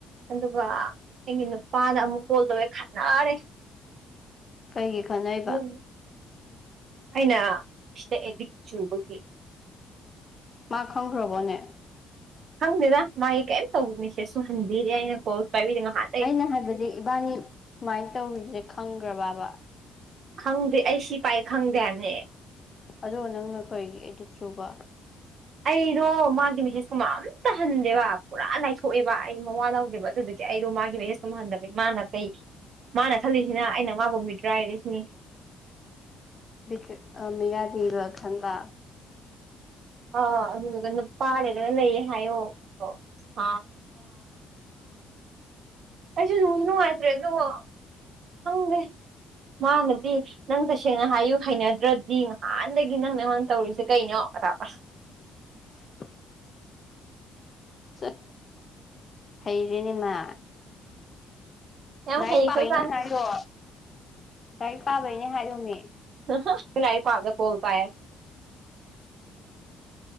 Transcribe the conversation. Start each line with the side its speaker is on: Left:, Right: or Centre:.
Right: ꯑꯗꯨꯒ ꯑꯩꯒꯤ ꯅꯨꯄꯥꯗ ꯑꯃꯨꯛ ꯀꯣꯜ ꯇꯧꯋꯦ ꯈꯟꯅꯔꯦ
Left: ꯀꯩꯒꯤ ꯈꯟꯅꯩ
Right: ꯑꯗꯨꯝ ꯑꯩꯅ ꯁꯤꯗ ꯑꯦꯗꯤꯛ ꯆꯨꯕꯒꯤ
Left: ꯃꯥ ꯈꯪꯈ꯭ꯔꯕꯣꯅꯦ
Right: ꯈꯪꯗꯦꯗ ꯃꯥꯒꯤ ꯀꯩꯝ ꯇꯧꯕ ꯃꯤꯁꯦ ꯁꯨꯍꯟꯕꯤꯗ‌ꯦ ꯑꯩꯅ ꯀꯣꯜ ꯁꯨ ꯄꯥꯏꯕꯤꯗ‌ꯦ ꯉꯍꯥꯟ
Left: ꯑꯩꯅ ꯍꯥꯏꯕꯗꯤ ꯏꯕꯥꯅꯤ ꯁꯨꯃꯥꯏꯅ ꯇꯧꯔꯤꯖ‌ꯦ ꯈꯪꯒ‍꯭ꯔꯕꯕ
Right: ꯈꯪꯗꯦ ꯑꯩ ꯁꯤ ꯄꯥꯏ ꯈꯪꯗꯦ ꯍꯥꯏꯕꯅꯦ
Left: ꯑꯗꯣ ꯅꯪꯅ ꯀꯔꯤꯒꯤ ꯑ‌ꯦꯗꯤꯛ ꯆꯨꯕ
Right: ꯑꯩꯗꯣ ꯃꯥꯒꯤ ꯃꯦꯁꯦꯁꯀꯨꯝꯕ ꯑꯝꯇ ꯍꯟꯗꯦꯕ ꯄꯨꯔꯥ ꯂꯥꯏꯊꯣꯛꯑꯦꯕ ꯑꯩ ꯃꯋꯥ ꯂꯧꯗꯦꯕ ꯑꯗꯨ ꯑꯩꯗꯣ ꯃꯥꯒꯤ ꯃ‌ꯦꯁ‌ꯦꯁ ꯀꯨꯝꯕꯍꯟꯗꯕꯒꯤ ꯃꯥꯅ ꯀꯩ ꯃꯥꯅ ꯈꯜꯂꯤꯁꯤꯅ ꯑꯩꯅ ꯃꯥꯕꯨ ꯃꯤꯇ꯭ꯔꯥꯏꯔ‌ꯦꯁꯤꯅꯤ
Left: ꯕꯤꯇꯔꯤ ꯑ ꯃꯤꯔꯥꯕꯤ ꯂ ꯈꯟꯕ
Right: ꯑ ꯑꯗꯨꯗꯨꯒ ꯅꯨꯄꯥ ꯂꯩꯔꯒ ꯂꯩꯌꯦ ꯍꯥꯏꯌꯣ <unintelligible> ꯑꯩꯁꯨ ꯅꯨꯡꯖꯨꯅꯨꯡꯉꯥꯏꯇ꯭ꯔꯦ ꯑꯗ‌ꯣ ꯈꯪꯗꯦ ꯃꯥꯅꯗꯤ ꯅꯪ ꯇꯁꯦꯡꯅ ꯍꯥꯏꯌꯨ ꯍꯩꯅꯗ꯭ꯔꯗꯤ ꯉꯥꯍꯥꯟ ꯗꯒꯤ ꯅꯪ ꯅ ꯑꯩꯉꯣꯟ ꯇꯧꯔꯤꯁꯦ ꯀꯩꯅꯣ ꯑꯇꯧꯔꯒ
Left: <inaudible> ꯆꯠ ꯍꯩꯔ‌ꯦꯅ‌ꯦ ꯃꯥ
Right: ꯌꯥꯝ
Left: ꯂꯥꯏꯔꯤꯛ
Right: ꯍꯩꯈ꯭ꯔꯖꯥꯠꯅꯤ
Left: ꯄꯥꯕꯩꯅꯦ ꯍꯥꯏꯔꯣ ꯂꯥꯏꯔꯤꯛ ꯄꯥꯕꯩꯅꯦ ꯍꯥꯏꯌ‌ꯣꯃꯤ
Right: ꯑꯥꯍ ꯂꯥꯏꯔꯤꯛ ꯄꯥꯕꯗ ꯀꯣꯜ ꯄꯥꯏ